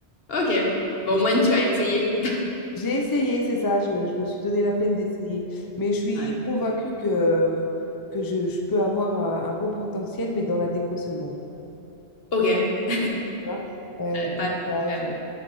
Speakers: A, on the left; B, on the left.
A: OK. Bon,
B: Mais
A: au moins,
B: c'est-
A: tu as essayé. <laughs>
B: j'ai essayé, c'est ça, je, je me suis donné la peine d'essayer. Mais je suis
A: Ouais.
B: convaincue que, que je, je peux avoir un, un beau potentiel, mais dans la déco seulement.
A: OK. Euh,
B: Tu vois Euh, bricolage,
A: pas... euh,